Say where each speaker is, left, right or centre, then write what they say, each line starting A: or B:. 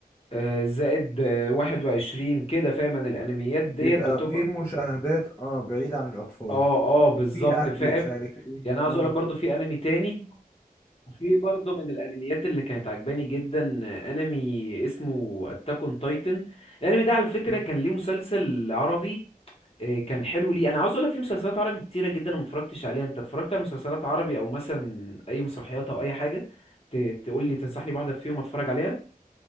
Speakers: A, on the left; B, on the left.
A: آه، زائد آه، 21 كده فاهم انا الانميات ديت
B: بيبقى
A: بتبقى
B: في مشاهدات اه بعيده عن الاطفال
A: اه اه بالظبط
B: في قتل
A: فاهم
B: مش عارف ايه
A: يعني عاوز
B: اه
A: اقول لك برضو في انمي تاني وفي برضو من الانميات اللي كانت عجباني جدا آه، انمي اسمه اتاك اون تايتن الانمي ده على فكرة
B: آه.
A: كان ليه مسلسل عربي إيه، كان حلو ليه انا عاوز اقول لك في مسلسلات عربي كتيره جدا أنا ما اتفرجتش عليها انت اتفرجت على مسلسلات عربي او مثلا اي مسرحيات او اي حاجه ت- تقول لي تنصحني بواحده فيهم اتفرج عليها